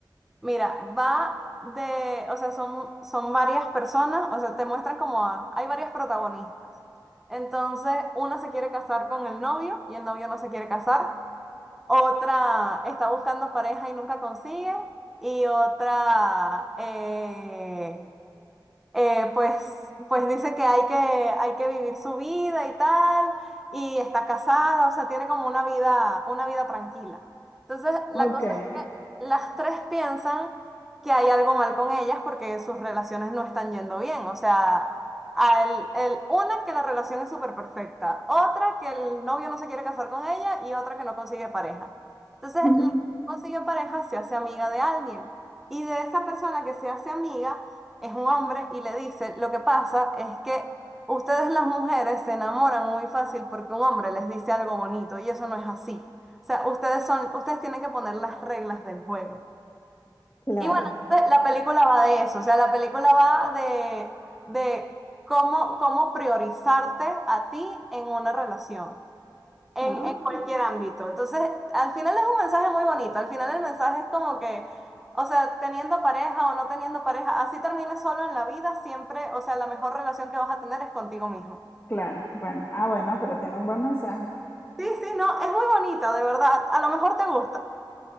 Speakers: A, in the centre; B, on the left.
A: Mira, va de, o sea, son, son varias personas, o sea, te muestran como a- hay varias protagonistas. Entonces, una se quiere casar con el novio y el novio no se quiere casar. Otra está buscando pareja y nunca consigue. Y otra, eh, eh, pues, pues dice que hay que, hay que vivir su vida y tal, y está casada, o sea, tiene como una vida, una vida tranquila. Entonces, la
B: Ok.
A: cosa es que las tres piensan que hay algo mal con ellas porque sus relaciones no están yendo bien. O sea, al, el, una que la relación es súper perfecta, otra que el novio no se quiere casar con ella y otra que no consigue pareja. Entonces,
B: <laughs>
A: la que no consigue pareja se hace amiga de alguien. Y de esa persona que se hace amiga, es un hombre y le dice, lo que pasa es que ustedes las mujeres se enamoran muy fácil porque un hombre les dice algo bonito y eso no es así. O sea, ustedes son, ustedes tienen que poner las reglas del juego.
B: Claro,
A: Y bueno, entonces la película va de eso, o sea, la película va de, de cómo, cómo priorizarte a ti en una relación en,
B: ah,
A: en cualquier ámbito. Entonces, al final es un mensaje muy bonito. Al final el mensaje es como que, o sea, teniendo pareja o no teniendo pareja, así termines solo en la vida, siempre, o sea, la mejor relación que vas a tener es contigo mismo.
B: claro. Bueno, ah, bueno, pero tiene un buen mensaje.
A: Sí, sí, no, es muy bonita, de verdad. A lo mejor te gusta.